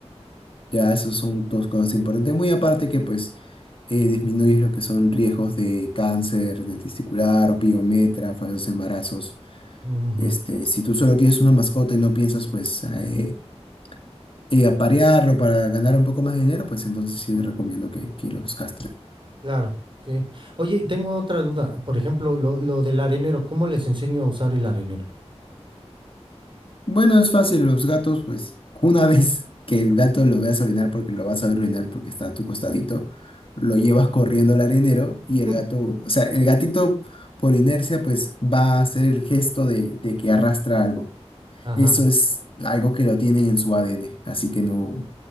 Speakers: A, on the left; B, on the right.
A: Ya, esos son dos cosas importantes. Muy aparte que pues eh, disminuyes lo que son riesgos de cáncer, de testicular, opiometra, falsos embarazos.
B: ujú,
A: Este, si tú solo quieres una mascota y no piensas pues a, eh, eh, aparearlo para ganar un poco más de dinero, pues entonces sí te recomiendo que, que los castres.
B: claro, sí. Oye, tengo otra duda. Por ejemplo, lo, lo del arenero, ¿cómo les enseño a usar el arenero?
A: Bueno, es fácil, los gatos, pues una <laughs> vez que el gato lo veas orinar porque lo vas a ver orinar porque está a tu costadito, lo llevas corriendo al arenero
B: <laughs>
A: y el gato, o sea, el gatito por inercia pues va a hacer el gesto de, de que arrastra algo.
B: Ajá.
A: Eso es algo que lo tienen en su ADN, así que no,